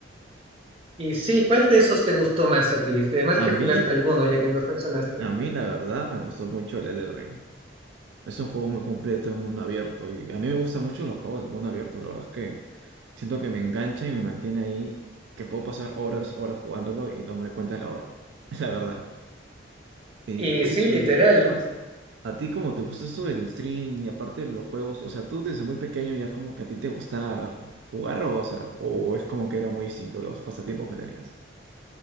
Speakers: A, on the right; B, on the right.
A: Y sí, ¿cuál de esos te gustó más a ti? Además que
B: A mí,
A: jugaste alguno, ya que me los mencionaste.
B: a mí la verdad me gustó mucho el Elden Ring. Es un juego muy completo, un mundo abierto y a mí me gustan mucho los juegos de mundo abierto, la verdad es que siento que me engancha y me mantiene ahí, que puedo pasar horas, horas jugándolo y no me doy cuenta de la hora, <laughs> la verdad. Eh,
A: Eh,
B: oye,
A: sí,
B: y
A: literal.
B: ¿qué más? ¿a ti cómo te gusta esto del stream y aparte de los juegos? O sea, tú desde muy pequeño ya como que a ti te gustaba jugar o, o sea, o es como que era muy distinto los pasatiempos que tenías.